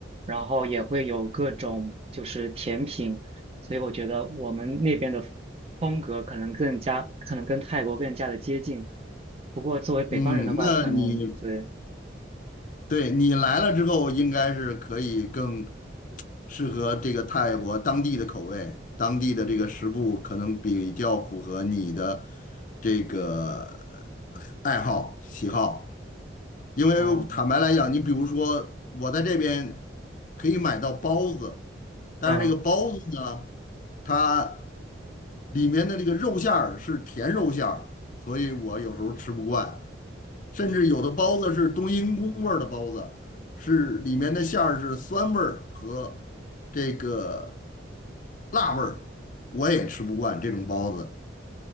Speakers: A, on the right; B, on the left.
A: 然后也会有各种就是甜品，所以我觉得我们那边的风格可能更加，可能跟泰国更加的接近。不过作为北方人的话，
B: 嗯，那你
A: 可能对，
B: 对你来了之后，应该是可以更适合这个泰国当地的口味，当地的这个食物可能比较符合你的这个呃爱好喜好。因为坦白来讲，
A: 哦，
B: 你比如说我在这边可以买到包子，但是这个包子呢，
A: 嗯。
B: 它里面的这个肉馅儿是甜肉馅儿，所以我有时候吃不惯。甚至有的包子是冬阴功味儿的包子，是里面的馅儿是酸味儿和这个辣味儿，我也吃不惯这种包子。